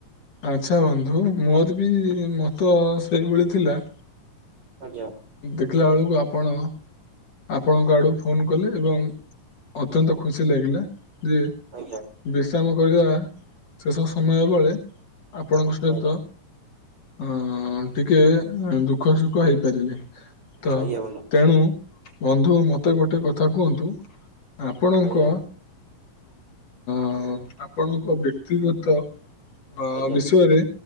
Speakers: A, on the left; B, on the right.
A: ଆଚ୍ଛା ବନ୍ଧୁ ମୋରୋ ବି ମତ ସେଇଭଳି ଥିଲା।
B: ଆଜ୍ଞା।
A: ଦେଖିଲା ଆଳୁକୁ ଆପଣ ଆପଣଙ୍କ ଆଡୁ ଫୋନ୍ କଲେ ଏବଂ ଅତ୍ୟନ୍ତ ଖୁସି ଲାଗିଲା ଯେ
B: ଆଜ୍ଞା
A: ବିଶ୍ରାମ କରିବା ଶେଷ ସମୟ ବୋଳେ ଆପଣଙ୍କ ସହିତ
B: ଆଜ୍ଞା
A: ଅଁ ଟିକେ ଦୁଃଖ ସୁଖ ହେଇପାରିଲେ ତ
B: ଆଜ୍ଞା ବନ୍ଧୁ
A: ତେଣୁ ବନ୍ଧୁ ମୋତେ ଗୋଟେ କଥା କୁହନ୍ତୁ ଆପଣଙ୍କ
B: ଆଜ୍ଞା <inaudible>
A: ଅଁ ଆପଣଙ୍କ ବ୍ୟକ୍ତିଗତ ଅ
B: ଆଜ୍ଞା।
A: ବିଷୟରେ